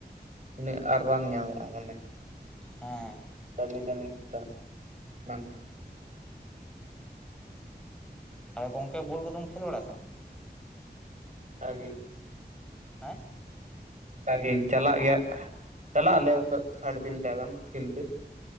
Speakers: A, on the right (about 45°); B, in the centre.
A: ᱛᱤᱱᱟᱹᱜ ᱟᱨ ᱵᱟᱝ ᱧᱟᱢᱚᱜᱼᱟ ᱢᱟᱱᱮ᱾
B: ᱦᱮᱸ᱾
A: ᱫᱟᱹᱢᱤ ᱫᱟᱹᱢᱤ ᱠᱷᱟᱛᱟ ᱵᱟᱝ ᱧᱟᱢᱚᱜ᱾
B: ᱛᱟᱦᱞᱮ ᱜᱚᱝᱠᱮ ᱵᱚᱞ ᱠᱚ ᱫᱚᱢ ᱠᱷᱮᱞ ᱵᱟᱲᱟᱭᱟ ᱥᱮ ᱵᱟᱝ?
A: ᱠᱷᱮᱞᱟ ᱜᱮ᱾
B: ᱦᱮᱸ?
A: ᱪᱟᱞᱟᱜ ᱜᱮ, ᱪᱟᱞᱟᱜ ᱜᱮᱭᱟ ᱪᱟᱞᱟᱜ ᱟᱞᱮ ᱚᱱᱠᱟ ᱥᱟᱲᱮ ᱛᱤᱱᱴᱟ ᱜᱟᱱ ᱯᱷᱤᱞ ᱛᱮ᱾